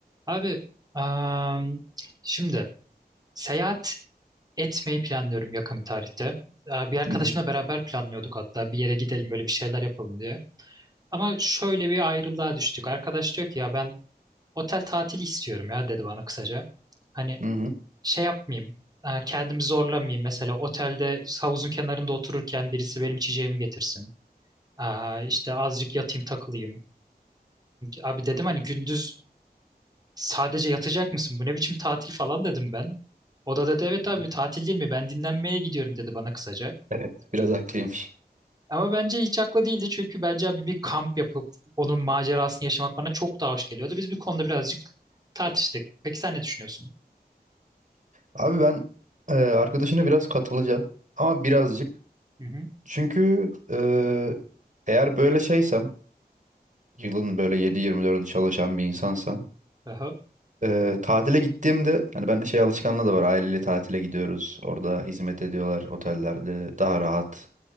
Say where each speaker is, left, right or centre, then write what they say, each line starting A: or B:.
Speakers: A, on the right; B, on the right.
A: Abi am, şimdi seyahat etmeyi planlıyorum yakın bir tarihte. Ee, Bir arkadaşımla
B: Hı hı.
A: beraber planlıyorduk hatta bir yere gidelim böyle bir şeyler yapalım diye. Ama şöyle bir ayrılığa düştük. Arkadaş diyor ki ya ben otel tatili istiyorum ya dedi bana kısaca. Hani
B: Hı hı.
A: şey yapmayayım e, kendimi zorlamayayım mesela otelde havuzun kenarında otururken birisi benim içeceğimi getirsin. Aa, işte azıcık yatayım takılayım. Abi dedim hani gündüz Sadece yatacak mısın? Bu ne biçim tatil falan dedim ben. O da dedi evet
B: hı
A: abi
B: hı.
A: tatil değil mi? Ben dinlenmeye gidiyorum dedi bana kısaca.
B: Evet, biraz haklıymış.
A: Ama bence hiç haklı değildi çünkü bence abi bir kamp yapıp onun macerasını yaşamak bana çok daha hoş geliyordu. Biz bir konuda birazcık tartıştık. Peki sen ne düşünüyorsun?
B: Abi ben e, arkadaşına biraz katılacağım. Ama birazcık.
A: Hı hı.
B: Çünkü e, eğer böyle şeysem, yılın böyle 7-24'ü çalışan bir insansam,
A: Aha.
B: e, tatile gittiğimde, hani bende şey alışkanlığı da var. Aileyle tatile gidiyoruz. Orada hizmet ediyorlar otellerde. Daha rahat.